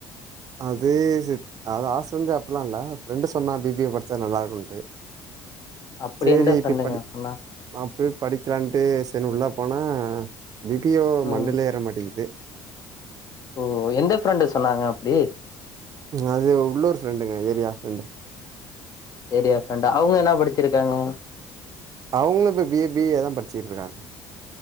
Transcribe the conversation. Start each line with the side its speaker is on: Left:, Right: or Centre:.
Right: அதே சித் அது ஆச வந்து அப்பில்லா இல்ல ஃப்ரெண்டு சொன்னா பிபிஏ படிச்சா நல்லா இருக்கும்ன்ட்டு
Left: அப்படி
Right: சேரி
Left: எந்த ஃப்ரெண்டுங்க
Right: இப்ப படி
Left: சொன்னா
Right: ஆ போய் படிக்கலாண்ட்டு சரினு உள்ள போனா பிபியோ
Left: ம்
Right: மண்டைல ஏற மாட்டேங்குது
Left: ஓ எந்த ஃப்ரெண்டு சொன்னாங்க அப்பிடி
Right: அது உள்ளொரு ஃப்ரெண்டுங்க ஏரியா ஃப்ரெண்டு
Left: ஏரியா ஃபிரெண்ட அவுங்க என்ன படிச்சிருக்காங்க
Right: அவங்களு இப்ப பிஏ பிஏதா படிச்சிட்டு இருக்காங்க